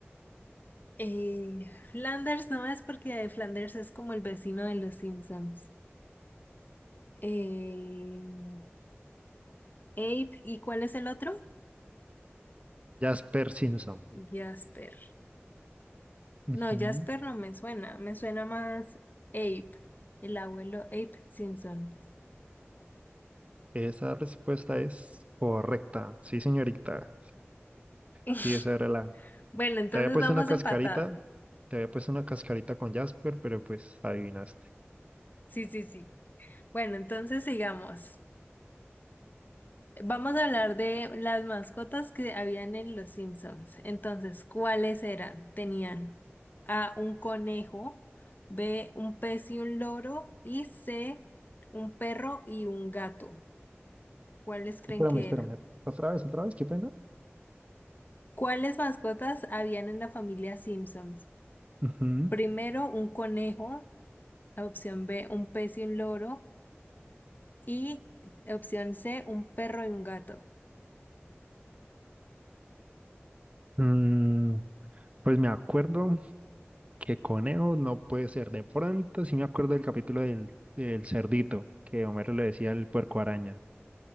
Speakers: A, on the left; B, on the right.
A: Eh, Flanders no es porque Flanders es como el vecino de los Simpsons. Eh, Ape, ¿y cuál es el otro?
B: Jasper Simpson.
A: Jasper. No,
B: Ujú.
A: Jasper no me suena, me suena más Ape, el abuelo Ape Simpson.
B: Esa respuesta es correcta. Sí, señorita.
A: <laughs>
B: Sí, esa era la...
A: Bueno, entonces
B: Te había puesto
A: vamos
B: una cascarita,
A: empatados.
B: te había puesto una cascarita con Jasper, pero pues adivinaste.
A: Sí, sí, sí. Bueno, entonces sigamos. Vamos a hablar de las mascotas que habían en Los Simpsons. Entonces, ¿cuáles eran? Tenían A, un conejo, B, un pez y un loro, y C, un perro y un gato. ¿Cuáles creen
B: Espérame,
A: que
B: espérame.
A: eran?
B: Otra vez, otra vez, qué pena.
A: ¿Cuáles mascotas habían en la familia Simpsons?
B: Ujú.
A: Primero, un conejo, opción B, un pez y un loro, y opción C, un perro y un gato.
B: Mm, pues me acuerdo que conejo no puede ser. De pronto sí me acuerdo del capítulo del, del cerdito, que Homero le decía el puerco araña.